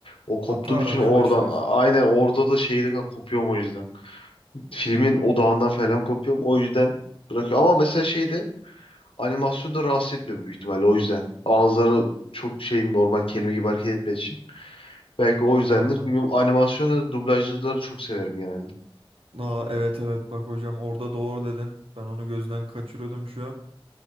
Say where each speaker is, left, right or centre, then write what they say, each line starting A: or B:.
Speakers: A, on the left (about 75°); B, on the right (about 80°).
A: O
B: Hata
A: koptuğum
B: aramaya
A: için oradan
B: başlıyorsun.
A: a- aynen orada da şeyde kopuyorum o yüzden. Filmin odağından falan kopuyorum. O yüzden bırakıyorum. Ama mesela şeyde Animasyonda rahatsız etmiyor büyük ihtimalle o yüzden. Ağızları çok şey normal kelime gibi hareket etmediği için. Belki o yüzdendir.
B: Aa,
A: Bilmiyorum animasyonda da dublajcıları çok severim genelde.
B: aa evet evet bak hocam orada doğru dedin. Ben onu gözden kaçırıyordum şu an.